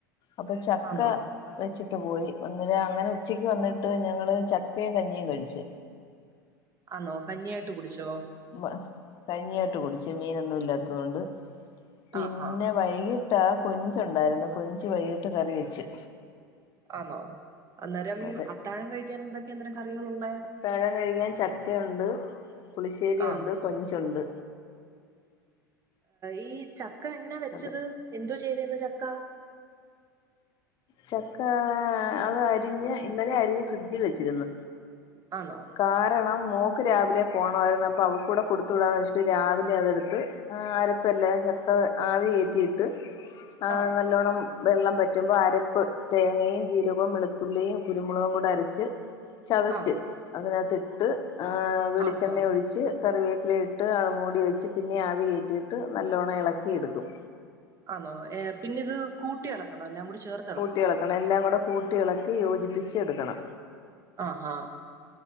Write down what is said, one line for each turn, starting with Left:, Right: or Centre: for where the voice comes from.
Left: അപ്പൊ ചക്ക
Right: ആന്നോ
Left: വെച്ചിട്ട് പോയി ഒന്നര അങ്ങനെ ഉച്ചക്ക് വന്നിട്ട് ഞങ്ങള് ചക്കയും കഞ്ഞിയും കഴിച്ച്
Right: ആന്നോ കഞ്ഞിയായിട്ട് കുടിച്ചോ
Left: ഉവ്വ് കഞ്ഞിയായിട്ട് കുടിച്ച് മീനൊന്നും ഇല്ലാത്തോണ്ട് പിന്നെ
Right: ആഹാ
Left: വൈകി ട്ട് കൊഞ്ച്ണ്ടാരുന്നു കൊഞ്ച് വൈകിട്ട് കറി വെച്ച്
Right: ആന്നോ അന്നേരം
Left: അതെ
Right: അത്താഴം കഴിക്കാൻ എന്തൊക്കെ ന്നരം കറികളുള്ളേ
Left: ത്താഴം കഴിക്കാൻ ചക്കയുണ്ട് പുളിശ്ശേരി
Right: ആഹ്
Left: ഉണ്ട് കൊഞ്ചുണ്ട്
Right: ഈ ചക്ക എങ്ങനാ വെച്ചത്
Left: അതെ
Right: എന്തോ ചെയ്തെന്ന് ചക്ക
Left: ചക്കാ അത് അരിഞ്ഞ് ഇന്നലെ അരിഞ്ഞ് ഫ്രിഡ്ജിൽ വെച്ചിരുന്ന്
Right: ആന്നോ
Left: കാരണം മോക്ക് രാവിലെ പോണോരുന്നു അപ്പോ അവക്കൂടെ കൊടുത്തു വിടാന്ന് വെച്ചിട്ട് രാവിലെ അതെടുത്ത് ആഹ് ആരപ്പല്ലേ ചക്ക ആവി കേറ്റിട്ട് ആ
Right: ആഹ്
Left: നല്ലോണം വെള്ളം പറ്റുമ്പോ അരപ്പ് തേങ്ങയും ജീരകും വെളുത്തുള്ളിം കുരുമുളകും കൂടെ അരച്ച് ചതച്ച്
Right: ആഹ്
Left: അതിനകത്ത്ട്ട് ആ വെളിച്ചെണ്ണ
Right: ആഹ് ആഹ്
Left: ഒഴിച്ച് കറിവേപ്പില ഇട്ട് മൂടി വെച്ച് പിന്നിം ആവിയേറ്റിട്ട് നല്ലോണം എളക്കിട്ക്കും
Right: ആന്നോ എഹ് പിന്നെ ഇത് കൂട്ടി എളക്കണോ എല്ലാം കൂടി ചേർ
Left: കൂട്ടി എളക്കണം എല്ലാം കൂടെ കൂട്ടി ഇളക്കി യോജിപ്പിച്ച് എടുക്കണം
Right: ആഹ് ഹാ